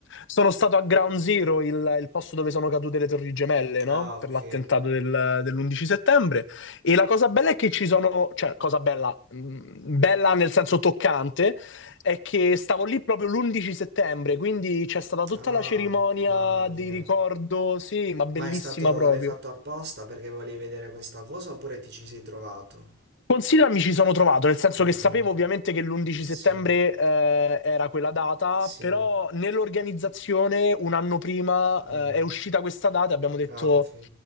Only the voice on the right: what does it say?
Ah,
ok.
Ah,
mamma mia.
Ma è stato,
l'hai fatto apposta perché volevi vedere questa cosa oppure ti ci sei trovato?
Mh-mh,
sì,
sì,
mh,
ah ok.